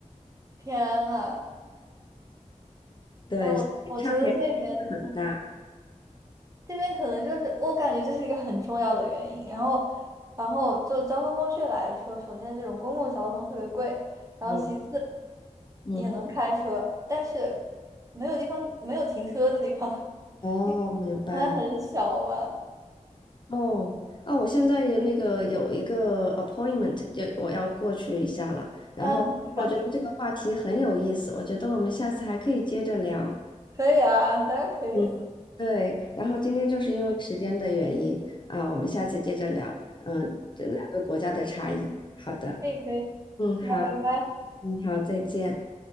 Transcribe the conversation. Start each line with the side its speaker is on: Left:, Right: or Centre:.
Right: 天啊，
Left: 对，
Right: 哎，我我觉得这边，
Left: 所以差别真的很大。
Right: 嗯，这边可能就是我感觉这是一个很重要的原因。然后，然后就交通工具来说，首先这种公共交通特别贵，然后其次
Left: 嗯嗯，
Right: 也能开车，但是没有地方没有停车的地方，<laughs>
Left: 哦，
Right: 因为好像很小嘛。
Left: 明白了。哦，啊，我现在有那个有一个 appointment，要我要过去一下了。然后我觉得这个话题很有意思，
Right: 啊，你去吧，去吧，
Left: 我觉得我们下次还可以接着聊。
Right: 可以啊，当然可以，
Left: 嗯，对，然后今天就是因为时间的原因啊，我们下次接着聊。嗯，这两个国家的差异。好的，
Right: 可以可以，
Left: 嗯，
Right: 那拜拜。
Left: 好，嗯，好，再见。